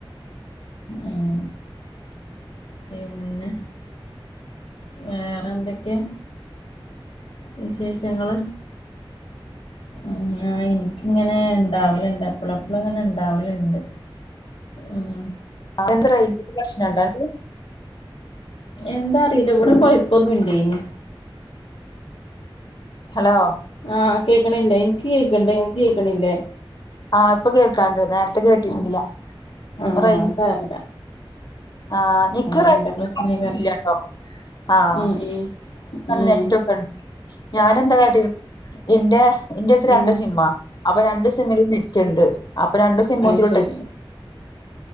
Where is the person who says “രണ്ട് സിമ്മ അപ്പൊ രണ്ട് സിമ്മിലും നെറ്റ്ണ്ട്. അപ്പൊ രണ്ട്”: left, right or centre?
Left